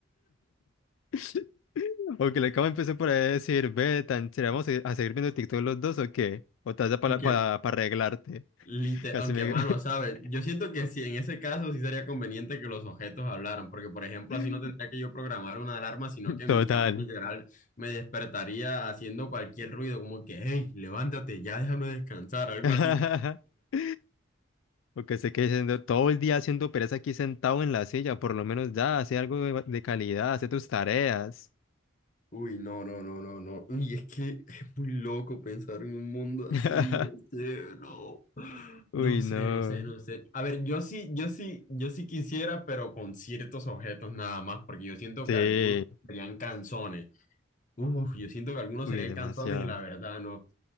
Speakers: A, on the left; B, on the left.
A: <laughs> O que la cama empiece por ahí a decir, ve, tan chévere, vamos a seguir, a seguir viendo TikTok los dos o qué. O te das para
B: Aunque
A: para arreglarte.
B: Lite-
A: Casi
B: aunque
A: me.
B: mano, ¿sabes? Yo siento que si en ese caso sí sería conveniente que los objetos hablaran, porque por ejemplo
A: <laughs>
B: así no tendría que yo programar una alarma, sino que
A: Total.
B: mi cama literal me despertaría haciendo cualquier ruido, como que, hey, levántate, ya déjame descansar, algo
A: <laughs>
B: así.
A: Porque se quede siendo todo el día haciendo pereza aquí sentado en la silla, por lo menos ya, hace algo de, de calidad, hace tus tareas.
B: Uy, no, no, no, no, no. Y es que es muy loco pensar en un mundo
A: <laughs>
B: así, no sé, no.
A: Uy,
B: No sé,
A: no.
B: no sé, no sé. A ver, yo sí, yo sí, yo sí quisiera, pero con ciertos objetos nada más, porque yo siento
A: Sí,
B: que algunos serían canzones. Uf, yo siento que algunos
A: uy,
B: serían
A: demasiado.
B: canzones y la verdad no.